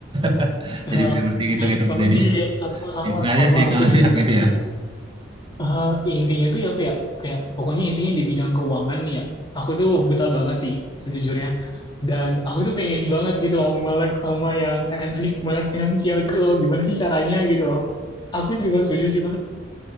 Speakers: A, on the right (about 25°); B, on the left (about 25°).
A: <laughs>
B: Eh,
A: jadi saya mesti ngitung-ngitung
B: sama
A: sendiri
B: sih ya, sama
A: <laughs>
B: sama
A: itu aja
B: sama
A: sih
B: aku
A: kalau
B: juga
A: <laughs> yang ini ya
B: Eh, intinya tuh ya apa ya kayak pokoknya intinya di bidang keuangan nih ya aku tuh buta banget sih sejujurnya dan aku tuh pengen banget gitu loh melek sama yang kayak fi- melek finansial gitu loh gimana sih caranya gitu loh aku juga setuju sih Mas.